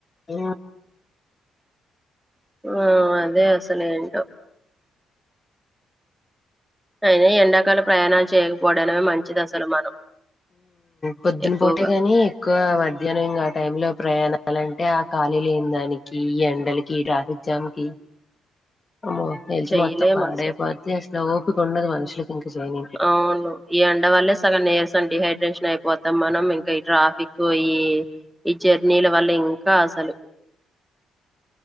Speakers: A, on the left; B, in the centre.
A: ఆ
B: ఆ అదే అసలు ఏంటో అయినా ఎండాకాల ప్రయాణాలు చేయకపోవడమే మంచిది అసలు మనం
A: పొద్దున
B: ఎక్కువగా
A: పోటే కాని ఎక్కువ మధ్యాహ్నం ఇం ఆ టైం లో ప్రయాణాలంటే ఆ ఖాళీ లేనీ దానికి ఈ ఎండలకి ట్రాఫిక్ జామ్ కి అమ్మో హెల్త్
B: చెయ్యలేం
A: మొత్తం పాడేపోద్ది
B: అసలు
A: అసలు ఓపిక ఉండదు మనుషులకి ఇంక చేయనికి
B: అవును ఈ ఎండ వాళ్లే సగం నీర్స్ అస డిహైడ్రేషన్ అయిపోతాం మనం ఇంకా ఈ ట్రాఫిక్ ఈ ఈ జర్నీల వల్ల ఇంకా అసలు